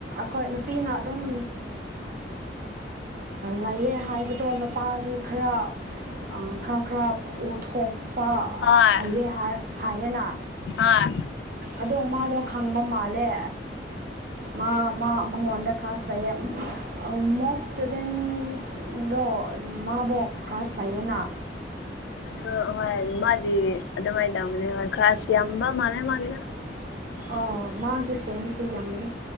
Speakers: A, on the right; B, on the left.
A: ꯍꯣꯏ ꯅꯨꯄꯤꯅ ꯑꯗꯨꯝ ꯂꯩꯌꯦ ꯍꯥꯏꯕꯗꯣ ꯅꯨꯄꯥꯗꯤ ꯈꯔ ꯑ ꯈ꯭ꯔꯥ ꯈ꯭ꯔꯥꯕ ꯑꯣꯊꯣꯛ ꯄ
B: ꯍꯣꯏ
A: ꯍꯩꯌꯦꯦ ꯍꯥꯏꯌꯦꯅ
B: ꯍꯣꯏ
A: ꯑꯗꯣ ꯃꯥꯗꯣ ꯈꯪꯕ ꯃꯥꯜꯂꯦ ꯃꯥ ꯃꯉꯣꯟꯗ ꯀꯥꯁ ꯇꯌꯦ ꯃꯣꯁꯇꯨ ꯗꯦꯟ ꯗꯣ ꯃꯥꯕꯨꯣꯛ ꯀꯥꯁꯂꯌꯦꯦꯅꯥ
B: ꯑꯗꯨ ꯍꯣꯏ ꯃꯥꯗꯤ ꯑꯗꯨꯃꯥꯏꯅ ꯇꯧꯅꯤ ꯍꯣꯏ ꯈꯔꯁꯨ ꯌꯥꯝꯕ ꯃꯥꯜꯂꯦ ꯃꯥꯒꯤꯅ
A: ꯑꯣ ꯃꯥꯒꯤ ꯁꯦꯟꯁꯤ ꯌꯥꯝꯃꯅꯤ